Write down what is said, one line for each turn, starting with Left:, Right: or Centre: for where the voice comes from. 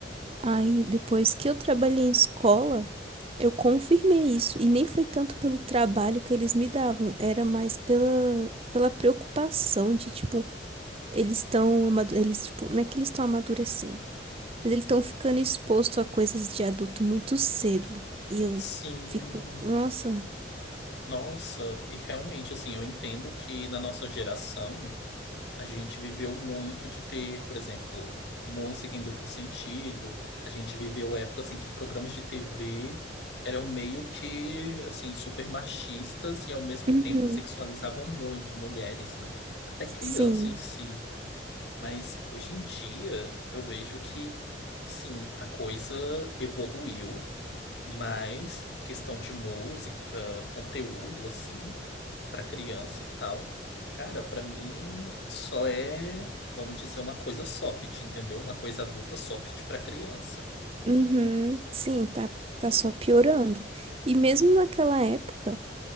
Right: Aí, depois que eu trabalhei em escola, eu confirmei isso. E nem foi tanto pelo trabalho que eles me davam, era mais pela, pela preocupação de, tipo, eles estão, eles, tipo, não é que eles estão amadurecendo, mas eles estão ficando expostos a coisas de adulto muito cedo. E eu
Left: Sim.
Right: fico, nossa,
Left: Nossa, e realmente, assim, eu entendo que na nossa geração a gente viveu muito de ter, por exemplo, música em duplo sentido. A gente viveu épocas em que programas de TV eram meio que, assim, super machistas e ao mesmo
Right: Uhum.
Left: tempo sexualizavam muito mulheres, né? Até criança
Right: sim.
Left: em si. Mas hoje em dia eu vejo que, sim, a coisa evoluiu. Mas questão de música, conteúdo, assim, para criança e tal, cara, para mim só é, vamos dizer, uma coisa soft, entendeu? Uma coisa adulta soft para criança.
Right: Uhum, sim, tá, tá só piorando. E mesmo naquela época.